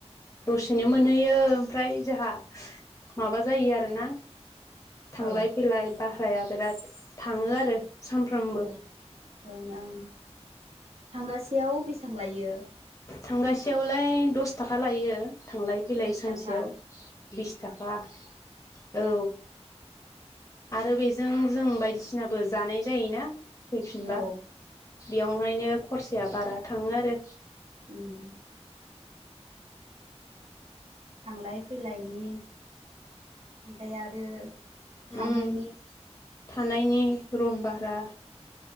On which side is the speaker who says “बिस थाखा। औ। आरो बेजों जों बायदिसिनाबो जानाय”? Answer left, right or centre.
Left